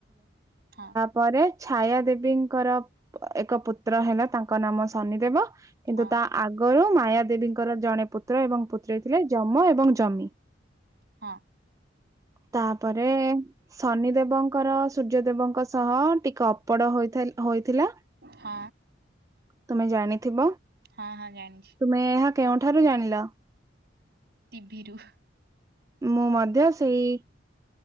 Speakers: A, on the right (about 55°); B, on the right (about 15°).
A: ହଁ
B: ପରେ ଛାୟା ଦେବୀଙ୍କର ଏକ ପୁତ୍ର ହେଲା। ତାଙ୍କ ନାମ ଶନି ଦେବ। କିନ୍ତୁ
A: ହଁ
B: ତା ଆଗରୁ ମାୟା ଦେବୀଙ୍କର ଜଣେ ପୁତ୍ର ଏବଂ ପୁତ୍ରୀ ଥିଲେ। ଯମ ଏବଂ ଜମି
A: ହଁ
B: ତାପରେ ଶନି ଦେବଙ୍କର ସୂର୍ଯ୍ୟଦେବଙ୍କ ସହ ଟିକେ ଅପଡ଼ ହୋଇଥା ହୋଇଥିଲା।
A: ହଁ
B: ତୁମେ ଜାଣିଥିବ
A: ହଁ, ହଁ, ଜାଣିଛି।
B: ତୁମେ ଏହା କେଉଁଠାରୁ ଜାଣିଲ?
A: ଟିଭିିରୁ
B: ମୁଁ ମଧ୍ୟ ସେଇ